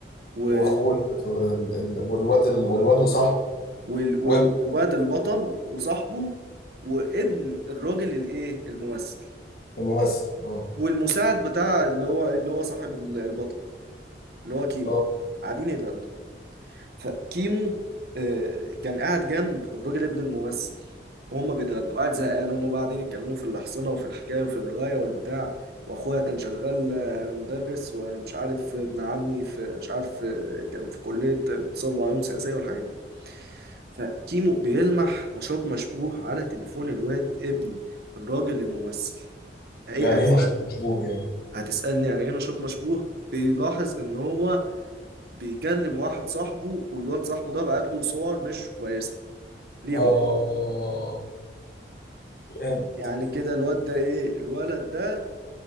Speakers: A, on the right (about 60°); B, on the left (about 55°).
A: و...
B: واخوه ال- ال- ال- والواد ال- والواد وصاحبه
A: وال...
B: وابن
A: والواد البطل وصاحبه وابن الراجل الايه الممثل
B: الممثل اه
A: والمساعد بتاع اللي هو اللي هو صاحب ال- البطل اللي هو كيمو
B: اه
A: قاعدين يتغدوا فكيمو آه، كان قاعد جنب الراجل ابن الممثل وهم بيتغدوا قاعد زهقان هم قاعدين يتكلموا في الأحصنة وفي الحكاية وفي الرواية والبتاع وأخويا كان شغال آه، مدرس ومش عارف ابن عمي في مش عارف آه، كان في كلية اقتصاد وعلوم سياسية والحاجات دي فكيمو بيلمح نشاط مشبوه على تليفون الواد ابن الراجل الممثل ايه
B: يعني
A: هتسأل-
B: ايه نشاط مشبوه يعني؟
A: هتسألني يعني ايه نشاط مشبوه بيلاحظ ان هو بيكلم واحد صاحبه والواد صاحبه ده بعت له صور مش كويسة ليه
B: اه
A: هو
B: يعني
A: يعني كده الواد ده ايه الولد ده